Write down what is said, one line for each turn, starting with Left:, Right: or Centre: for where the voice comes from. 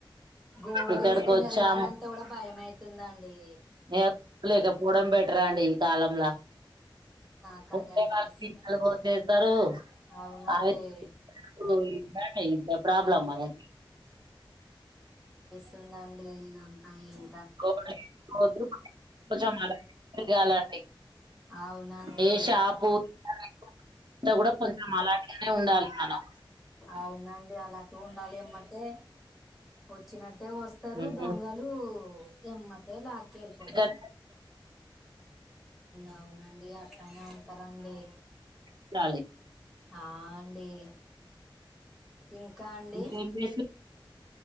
Centre: గోల్డ్
Right: ఇక్కడికి
Centre: వేసుకొని
Right: వచ్చాము
Centre: వెళ్ళాలంటే కూడా భయం అయితుందండి
Right: యాప్ లేక గోడం బేటరండి ఈ కాలంలా
Centre: నాకు
Right: <unintelligible>
Centre: అదే అనిపిస్తుంది అవునండి
Right: ప్రాబ్లం మనకి
Centre: ఉందండి ఇగ అంతా ఇగో
Right: కోపం <unintelligible>
Centre: అవునండి
Right: ఏ షాపు <unintelligible> కూడా కొంచెం అలాగే ఉండాలి మనం
Centre: అవునండి అలాంటి ఉండాలి ఏమంటే వచ్చినట్టే వస్తారు
Right: ఉమ్
Centre: దొంగలు ఎమ్మటే ఎలిపోతారు
Right: ఇంతగానే
Centre: అవునా అండి అట్లానే ఉంటారండి
Right: ఉండాలి.
Centre: ఆ అండి ఇంకా అండి
Right: ఇంకేం చేసి-